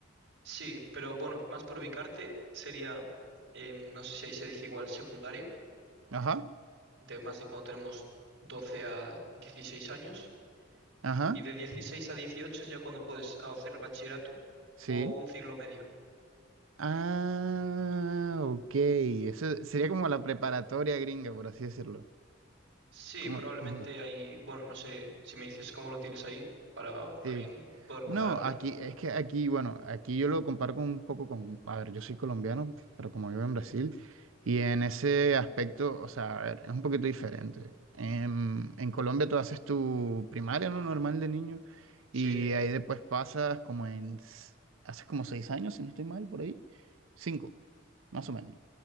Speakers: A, on the right; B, on the right.
A: Sí, pero bueno, más por ubicarte sería, eh, no sé si ahí se dice igual, secundaria,
B: Ajá.
A: de más de cuando tenemos 12 a 16 años,
B: Ajá.
A: y de 16 a 18 es ya cuando puedes hacer bachillerato
B: Sí.
A: o un ciclo medio.
B: Ah, ok. Eso sería como la preparatoria gringa, por así decirlo.
A: Sí,
B: Como,
A: probablemente
B: Sí, ujú,
A: hay, bueno, no sé si me dices cómo lo tienes ahí para también
B: sí.
A: poder compararte.
B: No, aquí es que aquí, bueno, aquí yo lo comparo con un poco con, a ver, yo soy colombiano, pero como vivo en Brasil, y en ese aspecto, o sea, a ver, es un poquito diferente. En, en Colombia tú haces tu primaria, lo normal de niño,
A: Sí.
B: y ahí después pasas como en, s- haces como seis años, si no estoy mal, por ahí, cinco, más o menos.